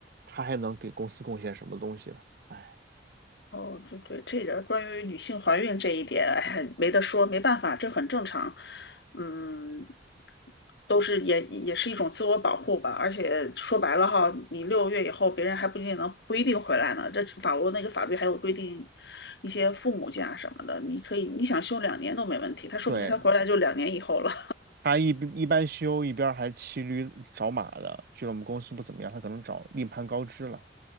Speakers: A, on the right; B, on the left.
A: 他还能给公司贡献什么东西了。哎，
B: 哦，对对，这个关于女性怀孕这一点，哎没得说，没办法，这很正常。嗯，都是也也是一种自我保护吧。而且说白了哈，你六个月以后，别人还不一定能不一定回来呢。这法国那个法律还有规定一些父母假什么的，你可以你想休两年都没问题，他说不定他回来就两年以后了。
A: 对，他一一边修一边还骑驴找马的，觉得我们公司不怎么样，他可能找另攀高枝了。